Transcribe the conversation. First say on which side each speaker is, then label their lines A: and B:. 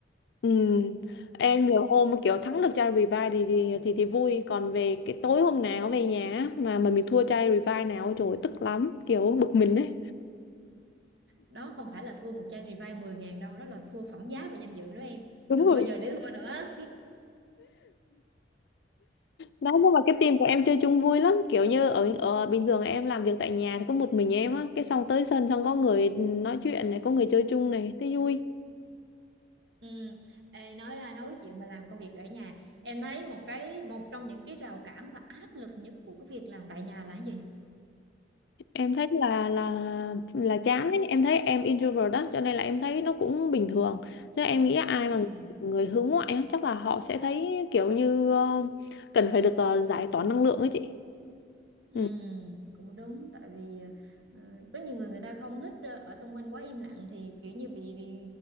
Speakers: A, on the left; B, on the right.
A: ừ. em nhiều hôm mà kiểu thắng được chai revive thì thì thì, thì vui còn về cái tối hôm nào về nhà á, mà mà mình thua chai revive nào trời ơi, tức lắm kiểu bực mình ấy
B: đó không phải là thua một chai revive mười ngàn đâu đó là thua phẩm giá và danh dự đó em
A: đúng
B: đừng
A: rồi
B: bao giờ để thua nữa
A: Đấy, nhưng mà cái team của em chơi chung vui lắm Kiểu như ở, ở bình thường em làm việc tại nhà thì có một mình em á Cái xong tới sân xong có người nói chuyện này Có người chơi chung này, thấy vui
B: <laughs> ừ. Ê, nói ra nói chuyện mà làm công việc ở nhà em thấy một cái một trong những cái rào cản và áp lực nhất của cái việc làm tại nhà là cái gì
A: Em thấy là là là chán ấy Em thấy em introvert đó Cho nên là em thấy nó cũng bình thường Chứ em nghĩ ai
B: Ừ,
A: mà người hướng ngoại á, Chắc là họ sẽ thấy kiểu như ờ, Cần phải được ờ, giải tỏa năng lượng ấy chị
B: ừ,
A: Ừ.
B: cũng đúng tại vì ờ, có nhiều người người ta không thích ờ, ở xung quanh quá im lặng thì kiểu như bị, bị